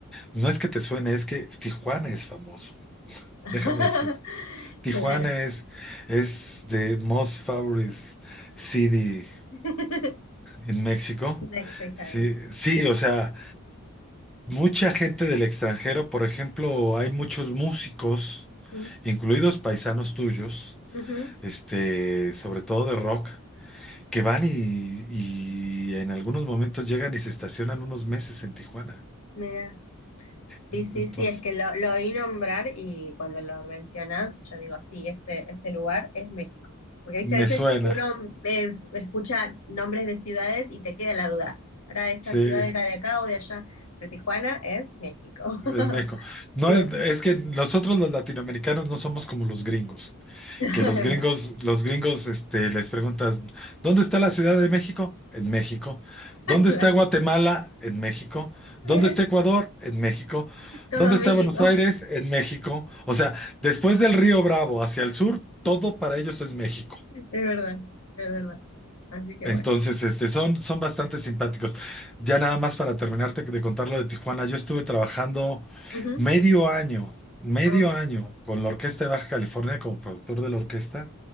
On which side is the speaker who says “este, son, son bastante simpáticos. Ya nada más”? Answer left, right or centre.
Centre